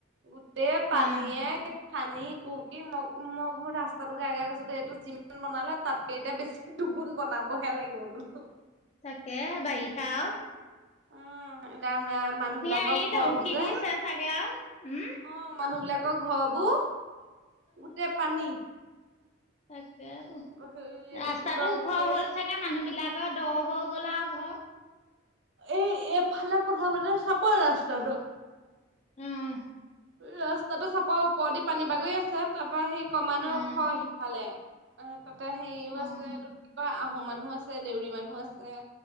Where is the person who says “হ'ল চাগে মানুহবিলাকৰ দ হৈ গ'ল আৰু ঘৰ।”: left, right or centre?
Left